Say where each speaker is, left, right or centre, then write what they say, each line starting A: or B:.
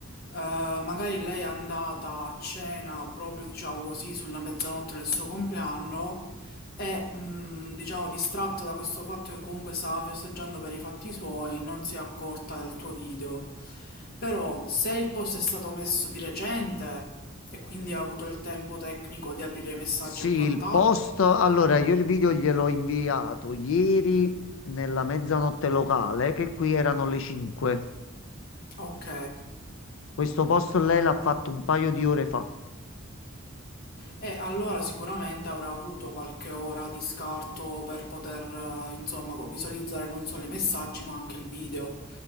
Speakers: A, on the left (about 50°); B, on the left (about 70°).
A: eh, magari lei è andata a cena proprio, diciamo così, sulla mezzanotte del suo compleanno e, mh, diciamo, distratta da questo fatto che comunque stava festeggiando per i fatti suoi, non si è accorta del tuo video. Però se il post è stato messo di recente e quindi ha avuto il tempo tecnico di aprire i messaggi
B: Sì,
A: e
B: il
A: quant'altro,
B: post, allora io il video gliel'ho inviato ieri nella mezzanotte locale, che qui erano le 5.
A: ok.
B: Questo post lei l'ha fatto un paio di ore fa.
A: E allora sicuramente avrà avuto qualche ora di scarto per poter, eh, insomma, co- visualizzare non solo i messaggi ma anche il video.